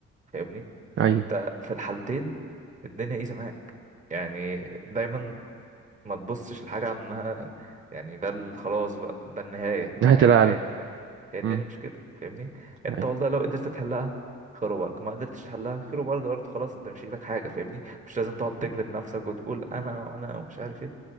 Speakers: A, on the right (about 25°); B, on the right (about 45°).
A: فاهمني
B: أيوه
A: انت في الحالتين الدنيا ايزي معاك يعني دايما ما تبصش لحاجة على انها يعني ده ال- خلاص بقى ده النهاية
B: نهاية
A: ده نهاية
B: العالم
A: حياتي فاهم هي الدنيا
B: مم.
A: مش كده فاهمني انت
B: أيوه
A: والله لو قدرت تحلها خير وبركة ما قدرتش تحلها خير وبركة برضه خلاص انت مش في ايدك حاجة فاهمني مش لازم تقعد تجلد نفسك وتقول انا وانا ومش عارف ايه